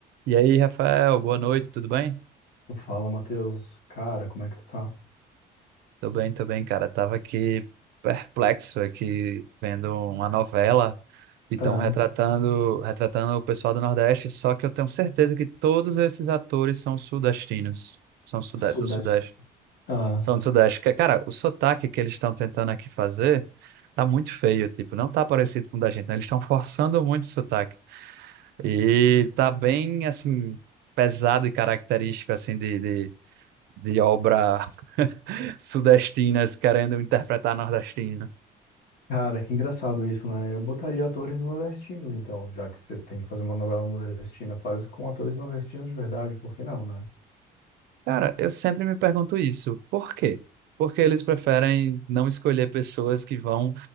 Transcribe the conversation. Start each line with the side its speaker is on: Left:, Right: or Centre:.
Right: E aí, Rafael, boa noite, tudo bem?
Left: Fala, Matheus. Cara, como é que tu tá?
Right: Tô bem, tô bem, cara. Tava aqui perplexo aqui vendo uma novela e estão
Left: Ah,
Right: retratando, retratando o pessoal do Nordeste, só que eu tenho certeza que todos esses atores são sudestinos, são sude-
Left: Sudeste.
Right: do Sudeste,
Left: Ah,
Right: são do Sudeste. Que, Cara, o sotaque que eles estão tentando aqui fazer tá muito feio, tipo, não tá parecido com o da gente, né? Eles estão forçando muito o sotaque. E tá bem, assim, pesado e característico, assim, de de- de obra sudestinas querendo interpretar nordestino.
Left: cara, que engraçado isso, né? Eu botaria atores nordestinos, então, já que você tem que fazer uma novela nordestina, faz com atores nordestinos de verdade, por que não, né?
Right: Cara, eu sempre me pergunto isso. Por quê? Porque eles preferem não escolher pessoas que vão